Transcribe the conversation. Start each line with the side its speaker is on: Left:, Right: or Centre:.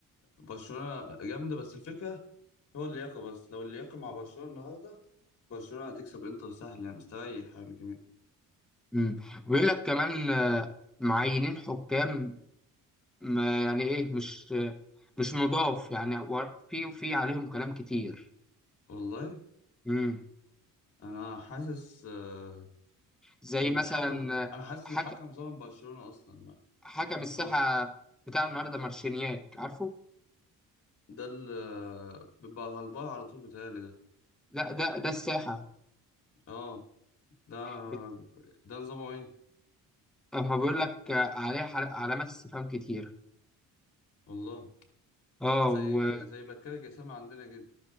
Left: برشلونه جامده بس الفكره هو اللياقه بس لو اللياقه مع برشلونه النهارده برشلونه هتكسب انتر سهل يعني مستريح يعني كمان
Centre: امم ويقول لك كمان آه، معينين حكام ما يعني ايه مش آه، مش نضاف يعني و- في في عليهم كلام كتير
Left: والله
Centre: امم
Left: انا حاسس آه،
Centre: زي
Left: الحكم
Centre: مثلا آه،
Left: انا حاسس
Centre: حك...
Left: الحكم ظلم برشلونه اصلا ما-
Centre: حكم الساحه
Left: ما-
Centre: بتاع النهارده مارشينياك عارفه
Left: ده اللي بيبقى على الفار على طول بيتهيألي ده
Centre: لا ده ده الساحه
Left: اه ده
Centre: بت...
Left: ده نظامه ايه
Centre: آه، بيقول لك آه، عليه حل- علامات استفهام كتير
Left: والله
Centre: اه
Left: زي
Centre: و...
Left: زي بكار جسام عندنا كده